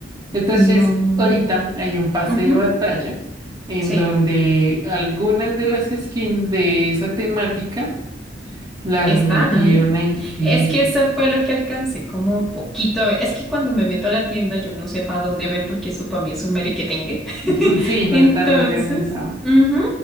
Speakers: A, on the right (about 20°); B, in the centre.
A: Entonces,
B: No.
A: ahorita hay un pase
B: Ujú,
A: de batalla en
B: Sí.
A: donde algunas de las skins de esa temática las
B: Están
A: metieron
B: ahí.
A: ahí. Sí,
B: Es que eso fue lo que alcancé, como un poquito. a ver. Es que cuando me meto a la tienda yo no sé para dónde ver porque eso para mí es un merequetengue.
A: <laughs>
B: <laughs>
A: sí, no
B: Entonces,
A: están organizados.
B: ujú.